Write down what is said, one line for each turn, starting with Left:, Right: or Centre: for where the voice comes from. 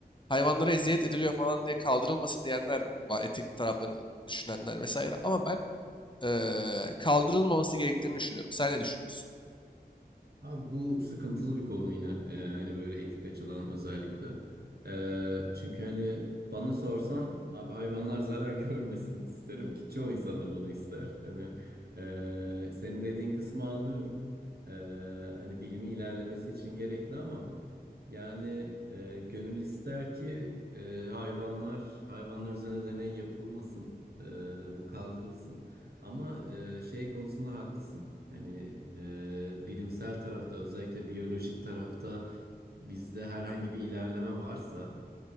Left: hayvanlara eziyet ediliyor falan diye kaldırılmasın diyenler var. Etik taraflarını düşünenler vesaire. Ama ben eee, kaldırılmaması gerektiğini düşünüyorum. Sen ne düşünüyorsun?
Right: Abi bu sıkıntılı bir konu yine. Ee, hani böyle etik açıdan özellikle. Ee, çünkü hani bana sorsan abi hayvanlar zarar <laughs> görmesin isterim ki çoğu insan da bunu ister. Hani e, senin dediğin kısmı anlıyorum. Ee, hani bilimin ilerlemesi için gerekli ama yani e, gönül ister ki e, hayvanlar hayvanlar üzerine deney yapılmasın. e, bu kaldırılsın. Ama e, şey konusunda haklısın. Hani e, bilimsel tarafta özellikle biyolojik tarafta bizde herhangi bir ilerleme varsa